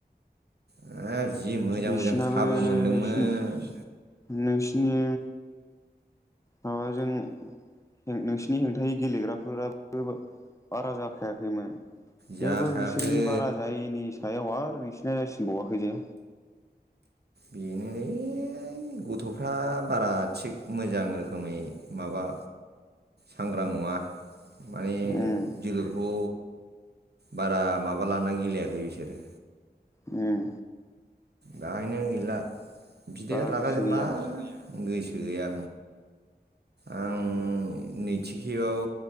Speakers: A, on the right; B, on the left.
A: हाब जि मोजां
B: बिसिनाबो
A: मोजां खाबु मोनदोंमोन।
B: नोंसिनि नोंसिनि माबाजों नों नोंसिनि हेंथायै गेलेग्राफोराबो बारा जाखायाखैमोन।
A: जाखायाखै
B: थेवबो बिसोरनि बारा जायैनि सायाव आ नोंसिना जासिनबावाखै दे
A: बेनोलै गथफ्रा बारा थिग मोजां रोखोमै माबा सांग्रां नङा। माने
B: उम
A: जोलुरखौ बारा माबा लाना गेलेयाखै बिसोरो।
B: उम
A: दाहायनो गैला बिदाया
B: बारा
A: रागाजोंबाय
B: गोसो गैया
A: गोस गैया आं नैथि खेबाव